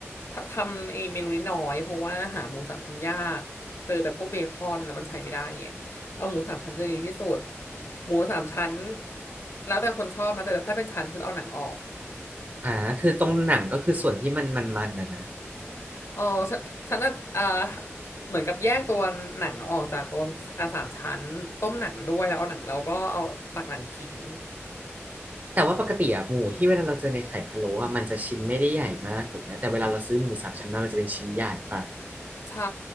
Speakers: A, on the left (about 70°); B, on the right (about 40°).
A: ททำไอ้เมนูนี้น้อยเพราะว่าหาหมูสามชั้นยากเจอแต่พวกเบคอนนะมันใช้ไม่ได้ไงเอาหมูสามชั้นจะดีที่สุดหมูสามชั้นแล้วแต่คนชอบนะแต่ถ้าเป็นชั้นฉันเอาหนังออก
B: อ่าคือตรงหนังก็คือส่วนที่มันมันมันนะนะ
A: เออฉันฉันน่ะเออเหมือนกับแยกตัวหนังออกจากตัวอ่าสามชั้นต้มหนังด้วยแล้วเอาหนังแล้วก็เอาตักหนังทิ้ง
B: แต่ว่าปกติอะหมูที่เวลาเราเจอในไข่พะโล้อะมันจะชิ้นไม่ได้ใหญ่มากถูกไหมแต่เวลาเราซื้อหมูสามชั้นมามันจะเป็นชิ้นใหญ่ป่ะ
A: ใช่